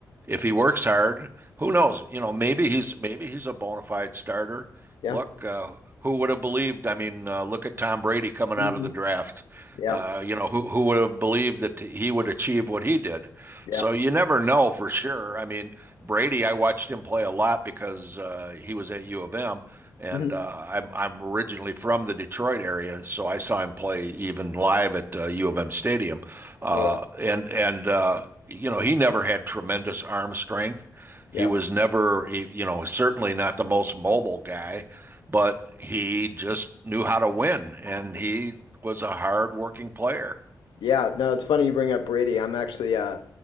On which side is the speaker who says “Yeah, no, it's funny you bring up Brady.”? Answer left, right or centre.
Left